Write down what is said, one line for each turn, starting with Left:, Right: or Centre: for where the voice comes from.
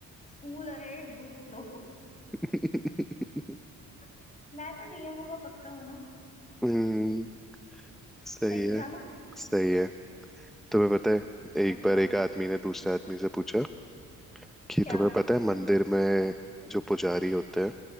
Left: स्कूल अहेड गो स्लो
Centre: <laughs>
Left: <laughs> मैं तो नियमों का पक्का हूँ ना
Centre: हम्म, सही
Left: सही
Centre: है
Left: था ना
Centre: सही है तुम्हें पता है एक
Left: अच्छा
Centre: बार एक आदमी ने दूसरे आदमी से पूछा कि
Left: क्या
Centre: तुम्हें पता है मंदिर में जो पुजारी होते हैं